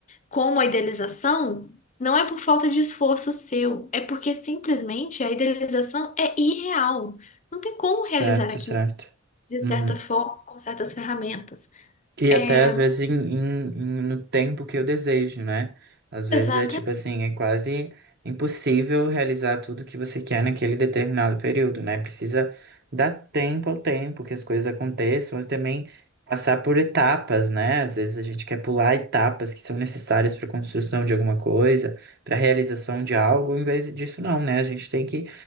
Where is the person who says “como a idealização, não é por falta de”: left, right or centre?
Left